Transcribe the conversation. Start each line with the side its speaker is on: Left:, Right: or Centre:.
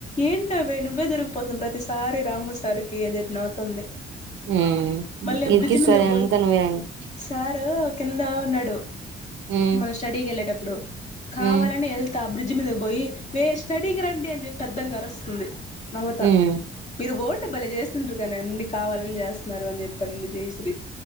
Left: ఏంటవే ఇవ్వే దొరిగిపోతుంది ప్రతిసారి రాము సారికి అని చెప్పి నవ్వుతుంది
Right: హ్మ్.
Left: మళ్ళ
Right: ఇరికిస్తది
Left: బ్రిజిమంద పోయి
Right: అంతా నువ్వేనండి.
Left: సార్ కింద ఉన్నాడు
Right: హ్మ్.
Left: మన స్టడీకి వెళ్ళేటప్పుడు కావాలని
Right: హ్మ్.
Left: వె బ్రిడ్జ్ మీద పోయి వేస్ట్ అడకి రండి అని చెప్పి పెద్దంగా అరస్స్తుంది నమత
Right: హ్మ్.
Left: బిరుబోల్ ప భలే చేస్తుంట్రారు కానీ అన్ని కావాలని చేస్తున్నారు అని చెప్పి అన్నింది జయశ్రి